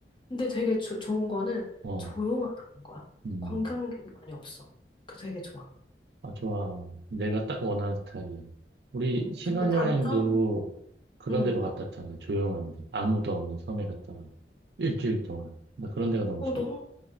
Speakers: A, on the left (about 30°); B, on the right (about 65°).
A: 근데 되게 조, 좋은 거는
B: 어,
A: 조용하다는 거야.
B: 음.
A: 관광객이 많이 없어. 그 되게 좋아.
B: 아, 좋아. 내가 딱 원하는 스타일이야. 우리
A: 음,
B: 신혼여행도
A: 근데 단점,
B: 그런
A: 음,
B: 데로 갔다 왔잖아. 조용한데. 아무도 없는 섬에 갔다 와. 일주일 동안. 나 그런 데가 너무
A: 어,
B: 좋아.
A: 너무